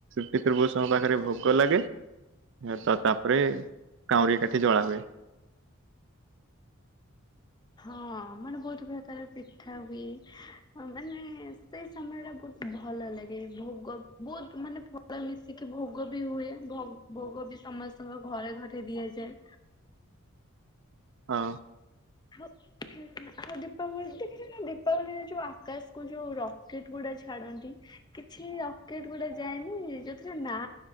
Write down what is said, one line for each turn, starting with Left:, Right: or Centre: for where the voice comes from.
Right: ପିତୃପୁରୁଷଙ୍କ ପାଖରେ ଭୋଗ ଲାଗେ ତ ତାପରେ କାଉଁରୀଆ କାଠି ଜଳା ହୁଏ ।
Left: ହଁ ମାନେ ବହୁତ ପ୍ରକାର ପିଠା ହୁଏ ମାନେ ସେଇ ସମୟ ଟା ବହୁତ ଭଲ ଲାଗେ ଭୋଗ ବହୁତ ମାନେ ଫଳ ମିଶିକି ଭୋଗ ବି ହୁଏ ଭୋଗ ବି ସମସ୍ତଙ୍କ ଘରେ ଘରେ ଦିଆଯାଏ
Right: ହଁ।
Left: ଆଉ ଦୀପାବଳି ଦେଖିଛି ମୁଁ ଦୀପାବଳିରେ ଯୋଉ ଆକାଶକୁ ଯୋଉ ରକେଟ ଗୁଡା ଛାଡନ୍ତି କିଛି ରକେଟ ଗୁଡା ଯାଏନି ଯୋଉଥିରେ ନାଁ